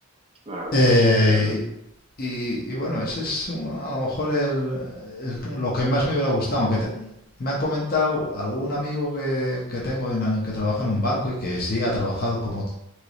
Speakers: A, on the right; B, on the left.
A: Claro,
B: Eh,
A: claro, entiendo.
B: y, y bueno, ese es un- a lo mejor el, el- lo que más me hubiera gustado, aunque te- me han comentado algún amigo que, que tengo en la- que trabaja en un banco y que sí ha trabajado como,